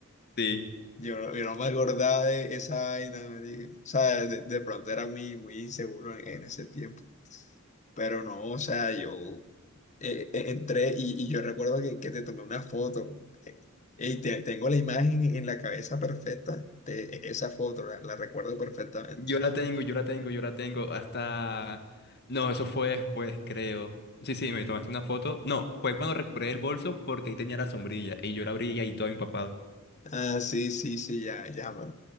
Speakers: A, on the left; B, on the left.
A: Sí.
B: yo, yo no me acordaba de esa vaina, marica. O sea, de, de pronto era muy, muy inseguro en, en ese tiempo. Pero no, o sea, yo eh, eh, entré y, y yo recuerdo que, que te tomé una foto. eh, y te- tengo la imagen en la cabeza perfecta de esa foto, la, la recuerdo perfectamente.
A: Yo la tengo, yo la tengo, yo la tengo, hasta... No, eso fue después, creo. Sí, sí, me tomaste una foto. No, fue cuando recuperé el bolso porque ahí tenía la sombrilla y yo la abrí y ahí todo empapado.
B: Ah, sí, sí, sí, ya, ya me,